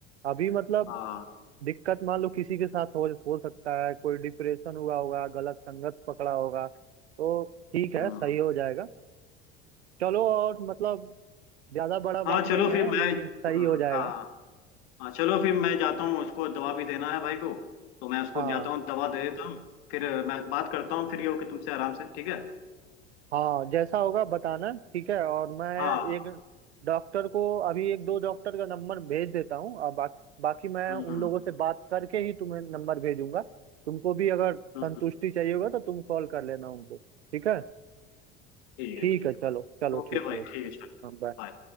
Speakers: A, on the right; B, on the left.
A: अभी मतलब
B: हाँ
A: दिक्कत मान लो किसी के साथ हो हो सकता है कोई डिप्रेशन हुआ होगा गलत संगत पकड़ा होगा तो ठीक है
B: हम्म।
A: सही हो जाएगा चलो और मतलब ज्यादा बड़ा बात
B: हाँ चलो
A: नहीं है
B: फिर मैं
A: लेकिन
B: हम्म,
A: सही हो जाएगा
B: हाँ हाँ चलो फिर मैं जाता हूँ उसको दवा भी देना है भाई को तो मैं उसको
A: हाँ
B: जाता हूँ दवा दे देता हूँ फिर मैं बात करता हूँ फिर ये हो कि तुमसे आराम से ठीक है
A: हाँ जैसा होगा बताना ठीक है और मैं
B: हाँ
A: एक डॉक्टर को अभी एक दो डॉक्टर का नंबर भेज देता हूँ और बाकी बाकी मैं
B: हम्म
A: उन
B: हम्म
A: लोगों से बात करके ही तुम्हें नंबर भेजूंगा तुमको भी अगर संतुष्टि
B: हम्म,
A: चाहिए होगा तो तुम कॉल कर लेना उनको ठीक है
B: ठीक
A: ठीक
B: है ठीक
A: है चलो
B: है
A: चलो
B: ओके
A: ठीक
B: भाई
A: है ओके,
B: ठीक है चलो
A: हाँ बाय
B: बाय